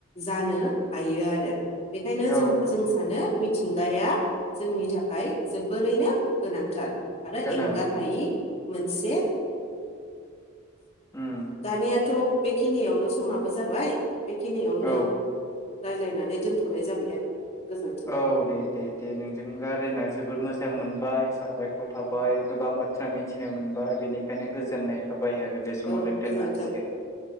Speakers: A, on the left (about 30°); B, on the left (about 15°).
A: जानो हायो आरो बेखायनो
B: औ
A: जों जों
B: औ
A: सानो मिथिंगाया जोंनि थाखाय जोबोरैनो गोनांथार आरो
B: खोनादों
A: एंगार हायि मोनसे
B: उम
A: दानियाथ' बेखिनियावनो समाबो जाबाय बेखिनियावनो
B: औ
A: रायज्लायनानै दोनथ'नाय जाबाय आरो गोजोन्थों
B: औ दे दे दे नोंजों रारायना जोबोर मोजां मोनबाय साबायख'र। साबायख'रथाबाय
A: औ
B: गोबां बाथ्रा मिथिनो मोनबाय बेनिखायनो गोजोननाय थाबाय। थाबायो आरो बे समाव
A: औ
B: जों
A: गोजोन्थों
B: दोननो हासिगोन